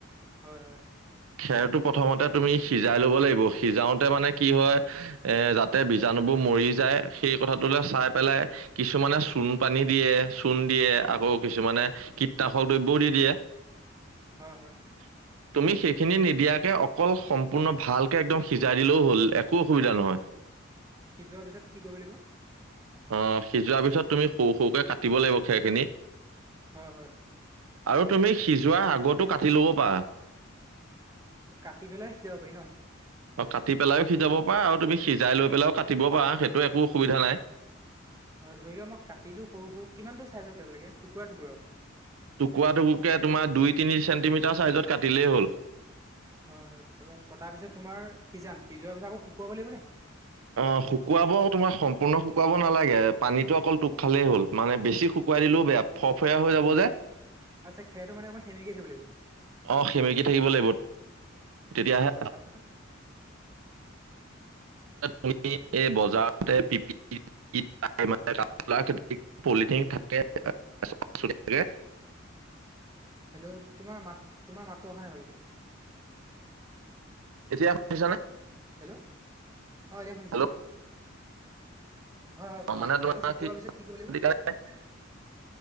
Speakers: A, on the right; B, on the right.
A: হয়
B: খেৰটো প্ৰথমতে তুমি সিজাই ল'ব লাগিব, সিজাওতে মানে কি হয় এ যাতে বীজাণুবোৰ মৰি যায় সেই কথাটোলে চাই পেলাই কিছুমানে চূণ পানী দিয়ে চূণ দিয়ে আকৌ কিছুমানে কীটনাশক দ্ৰব্যও দি দিয়ে।
A: হয় হয়।
B: <inaudible> তুমি সেইখিনি নিদিয়াকে অকল সম্পূৰ্ণ ভালকে একদম সিজাই দিলেও হ'ল একো অসুবিধা নহয়। <inaudible>
A: সিজোৱাৰ পিছত কি কৰিব লাগিব?
B: অ' সিজোৱাৰ পিছত তুমি সৰু সৰুকে কাটিব লাগিব খেৰখিনি।
A: হয়।
B: আৰু তুমি সিজোৱাৰ আগতো কাটি ল'ব পাৰা।
A: কাটি পেলাই সিজাব পাৰি ন'?
B: অ' কাটি পেলাইও সিজাব পাৰা আৰু তুমি সিজাই লৈ পেলাইও কাটিব পাৰা সেইটো একো অসুবিধা নাই।
A: হয় ধৰি লোৱা মই কাটিলোঁ সৰু সৰু, কিমানটো ছাইজৰ কিব লাগে টুকুৰা টুকুৰ
B: টুকুৰা টকুৰকে তোমাৰ দুই তিনি চেণ্টিমিটাৰ চাইজত কাটিলেই হ'ল।
A: হয়, হয়, তাপা কটাৰ পিছত তোমাৰ সিজাম, সিজোৱাৰ পিছত আকৌ শুকুৱাব লাগিবনে?
B: অ' শুকুৱাব তোমাৰ সম্পূৰ্ণ শুকুৱাব নালাগে, পানীটো অকল টোক খালেই হ'ল, মানে বেছি শুকুৱাই দিলেও বেয়া। ফ ফৰিয়া হৈ যাব যে।
A: আচ্ছা, খেৰটো মানে অকমান সেমিকি থাকিব লাগিব।
B: অ' সেমেকি থাকিব লাগিব তেতিয়াহে
A: অ' হয় তাৰপিছত।
B: তুমি এই বজাৰতে পিপ <unintelligible> পলিথিন থাকে। <unintelligible>
A: হেল্ল', তোমাৰ মাত, তোমাৰ মাতটো অহা নাই ভালকে।
B: এতিয়া শুনিছানে?
A: হেল্ল', অ' এতিয়া শুনিছোঁ
B: হেল্ল'
A: কোৱা? হয়, হয়, কোৱা,
B: মানে
A: খেৰটো
B: তোমাৰ
A: শুকোৱাৰ পিছত কি কৰিব লাগিব?
B: <unintelligible>